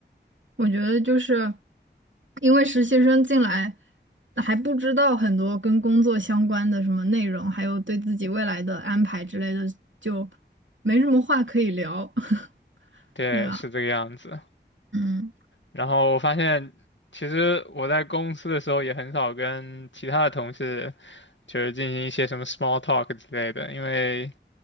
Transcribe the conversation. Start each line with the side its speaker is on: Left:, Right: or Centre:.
Right: 我觉得就是因为实习生进来还不知道很多跟工作相关的什么内容，还有对自己未来的安排之类的，就没什么话可以聊，<laughs>
Left: 对，
Right: 对吧？
Left: 是这个样子。
Right: 嗯，
Left: 然后我发现，其实我在公司的时候也很少跟其他的同事，就是进行一些什么 small talk 之类的，因为。